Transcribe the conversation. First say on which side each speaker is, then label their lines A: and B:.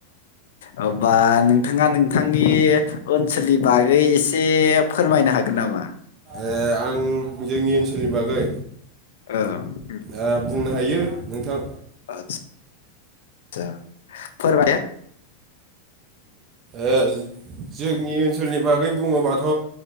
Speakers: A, on the left (about 80°); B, on the right (about 30°).
A: अ बा नोंथाङा नोंथांनि ओनसोलनि बागै एसे फोरमायनो हागोन नामा
B: ओ आं जोंनि ओनसोलनि बागै
A: औ
B: ओ बुंनो हायो नोंथां
A: आतसा <unintelligible>
B: ओ जोंनि ओनसोलनि बागै बुङोबाथ'